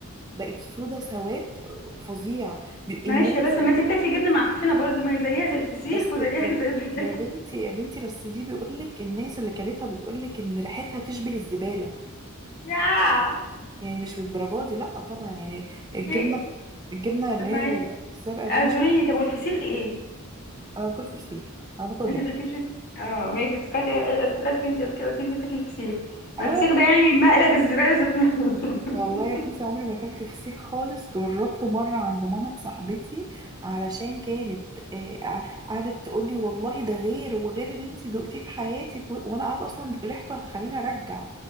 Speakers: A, on the right; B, on the left.
A: بقت سودة سواد فظيع بي- الناس
B: معلش يا بس ما انت بتاكلي جبنه معفنه برضو ما هي زيها زي الفسيخ
A: بس
B: وزيها
A: يا
B: <laughs> زي البتاع
A: يا بنتي يا بنتي بس دي بيقولك الناس اللي كلتها بتقولك ان ريحتها تشبه الزبالة
B: يا
A: يعني مش للدرجة دي لا طبعا يعني الجبنة
B: يا-
A: الجبنة اللي
B: طب ما
A: هي
B: هي
A: الزرقاء دي
B: اعذريني
A: مش
B: طب والفسيخ ايه
A: انا باكل فسيخ انا باكل
B: انت
A: رنج
B: بتاكلي اه ماشي افتكرت افتكرتك انت قبل كده قلت لي انت بتاكلي فسيخ ما
A: انا
B: الفسيخ ده يعني مقلب الزباله ذات نفسه <laughs>
A: والله يا بنتي عمري ما اكلت فسيخ خالص جربته مرة عند مامة صاحبتي علشان كانت آه، قع- قعدت تقولي والله ده غير وغير اللي انت دقتيه في حياتك و- وانا قاعدة اصلا ريحته هتخليني ارجع